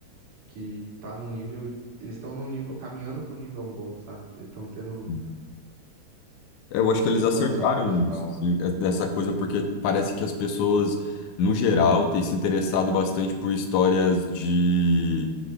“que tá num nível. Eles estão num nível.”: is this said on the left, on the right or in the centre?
Right